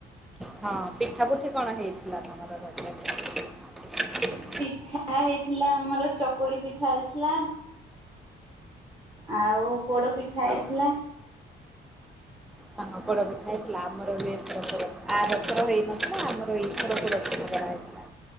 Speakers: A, in the centre; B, on the right.
A: ହଁ, ପିଠା ପୁଠି କଣ ହେଇଥିଲା ତମର ରଜ ପର୍ବରେ? <unintelligible>
B: ପିଠା ହେଇଥିଲା ଆମର ଚକୁଳି ପିଠା ହେଇଥିଲା ଆଉ ପୋଡ ପିଠା ହେଇଥିଲା।
A: ଆଉ ତମର ପୋଡପିଠା ହେଇଥିଲା ଆମର ବି ଏଥରକର ଆରଥର ହେଇନଥିଲା ଆମର ଏଇଥର ପୋଡପି ଠା ହେଇଥିଲା